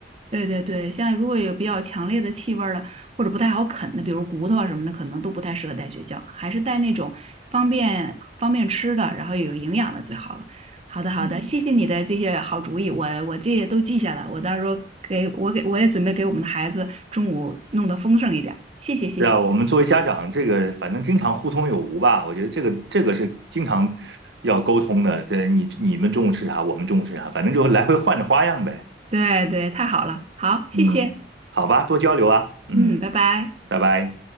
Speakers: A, on the right; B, on the right.
A: 对对对，像如果有比较强烈的气味儿的，或者不太好啃的，比如骨头啊什么的，可能都不太适合带学校，还是带那种方便方便吃的，然后有营养的最好了。好的好的，
B: 嗯。
A: 谢谢你的这些好主意，我我这些都记下来，我到时候给我给我也准备给我们的孩子中午弄得丰盛一点儿。谢谢谢谢，
B: 是啊，我们作为家长，这个反正经常互通有无吧，我觉得这个这个是经常要沟通的。这你你们中午吃啥，我们中午吃啥，反正就来回换着花样呗。
A: 对对，太好了，好，谢谢，
B: 嗯，好吧，多交流啊。嗯，
A: 嗯，拜拜。
B: 拜拜。